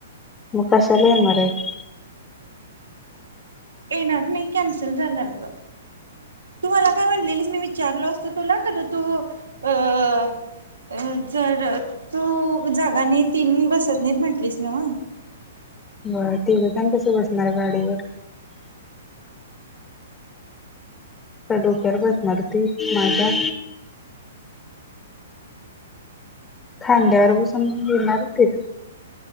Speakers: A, on the left; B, on the right.
A: म कशाला येणाररेत?
B: येणार नाही, कॅन्सल झाल अगं! तू मला काय म्हटलेलीस? मी विचारलो असतो तुला कधी तू अ - अ जर- तू जागा नाही, तीन बसत नाहीत म्हटलीस ना?
A: अ तेवढेजण कसे बसत- माझ्या गाडीवर. डोक्यावर बसणार ते माझ्या? खांद्यावर बसून येणार ए ते?